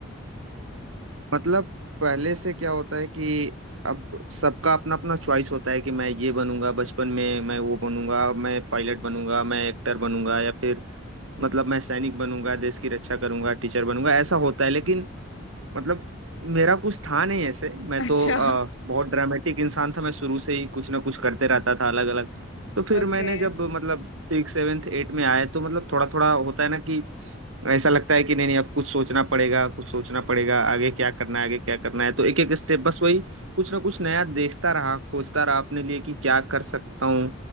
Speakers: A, on the right; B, on the left.
A: मतलब पहले से क्या होता है कि अब सबका अपना अपना चॉइस होता है कि मैं ये बनूंगा बचपन में मैं वो बनूंगा मैं पायलट बनूंगा मैं एक्टर बनूंगा या फिर मतलब मैं सैनिक बनूंगा देश की रक्षा करूंगा टीचर बनूंगा ऐसा होता है लेकिन मतलब मेरा कुछ था नहीं ऐसे मैं
B: <laughs> अच्छा
A: तो अ, बहुत ड्रामेटिक इंसान था मैं शुरू से ही कुछ ना कुछ करते रहता था अलग अलग तो फिर
B: ओके
A: मैंने जब मतलब सिक्स सेवेंथ एट में आया तो मतलब थोड़ा थोड़ा होता है ना कि ऐसा लगता है कि नहीं नहीं अब कुछ सोचना पड़ेगा कुछ सोचना पड़ेगा आगे क्या करना है आगे क्या करना है तो एक एक स्टेप बस वही कुछ ना कुछ नया देखता रहा खोजता रहा अपने लिए कि क्या कर सकता हूँ